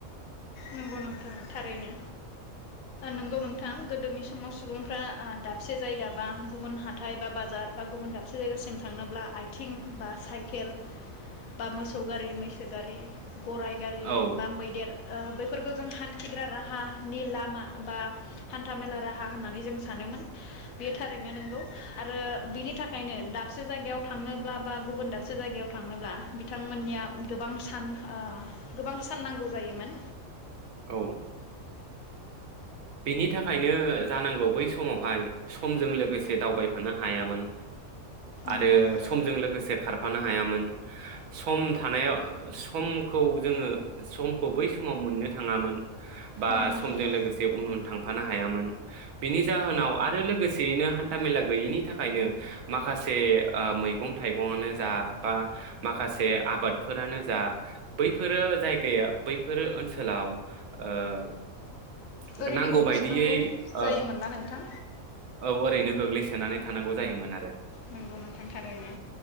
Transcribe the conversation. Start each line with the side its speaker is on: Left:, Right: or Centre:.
Left: नंगौ नोंथां थारैनो नंगौ नोंथां गोदोनि समाव सुबुंफ्रा ओ दाबसे जायगा बा गुबुन हााइ बा बाजार बा गुबुन दाबसे जायगासिम थांनोब्ला आथिं बा साइकेल बा मोसौ गारि मैसो गारि गराइ गारि
Right: औ
Left: बा मैदेर ओ फोरफोरखौ जों हान्थिग्रा राहानि लामा बा हान्थाामेला राहा होननानै जों सानोमोन बेयो थारैनो नंगौ आरो बिनि थाखायनो दाबसे जायगायाव थांनोब्ला बा गुबुन दाबसे जायगायाव थांनोब्ला बिथांमोननिया गोबां सान ओ गोबां सान नांगौ जायोमोन।
Right: औ बिनि थाखायनो जानांगौ बै समावहाय समजों लोगोसे दावबायफानो हायामोन। आरो
Left: नंगौ नोंथां
Right: समजों लोगोसे खारफानो हायामोन। सम थानायाव समखौ जोङो समखौ बै समाव मोननो थाङामोन। बा
Left: नंगौ
Right: समजों
Left: नोंथां
Right: लोगोसे उन उन थांफानो हायामोन। बिनि जाहोनाव आरो लोगोसेयैनो हान्थाामेला गैयैनि थाखायनो माखासे ओ मैगं थाइगंआनो जा बा माखासे आबादफोरानो जा बैफोरो जायगाया बैफोर ओनसोल ओनसोलाव ओ
Left: ओरैनो
Right: नांगौ
Left: गोग्लैसोनांगौ
Right: बायदियै
Left: जायोमोन
Right: औ
Left: ना नोंथां
Right: औ ओरैनो गोग्लैसो सोनानै थानांगौ जायोमोन आरो।
Left: नंगौ नोंथां थारैनो